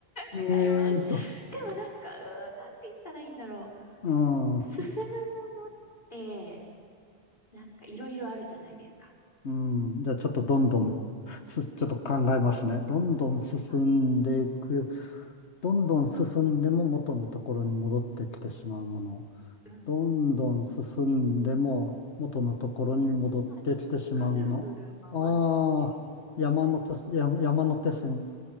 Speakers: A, on the left (about 80°); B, on the left (about 45°).
A: えーっと、
B: 違います。でもなんか、うーん、なんて言ったらいいんだろ
A: うん、
B: う。進むものって、なんかいろいろあるじゃないですか。
A: うん、じゃあちょっとどんどん、す、ちょっと考えますね。どんどん進んでいく。
B: はい。そ
A: どんどん進んでも元のところに戻ってきてしまうもの。
B: う。うん。
A: どんどん進んでも元のところに戻ってきてしまうもの。
B: つまり、ぐるぐる回ってるものみたいな。
A: ああ、山手線、山山手線。